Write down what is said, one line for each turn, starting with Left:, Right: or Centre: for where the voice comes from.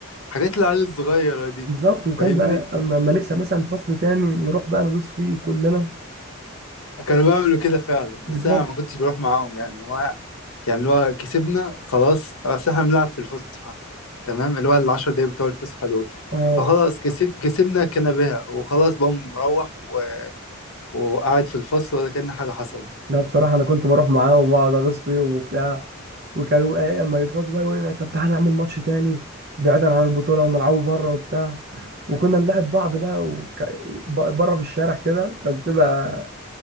Left: حاجات العيال الصغيره دي
Right: بالظبط وكان
Left: فاهمني
Right: بقى اما اما نكسب مثلا فصل تاني نروح بقى نغوص فيه كلنا
Left: كانوا بيعملوا كده فعلا
Right: بالظبط
Left: بس انا ما كنتش بروح معاهم يعني هو يعني اللي هو كسبنا خلاص اصل احنا بنلعب في الفسحه تمام اللي هو العشر دقايق بتوع الفسحه دول
Right: اه
Left: فخلاص كسب كسبنا كنباها وخلاص بقى مروح و... وقاعد في الفصل ولا كأن حاجه حصلت
Right: لا بصراحة أنا كنت بروح معاهم وأقعد أغص فيهم وبتاع وكانوا إيه أما يتغاظوا بقى يقولوا لنا طب تعالى نعمل ماتش تاني بعيدا عن البطولة ونلعبه بره وبتاع وكنا نلعب بعض بقى وك... بره في الشارع كده كانت بتبقى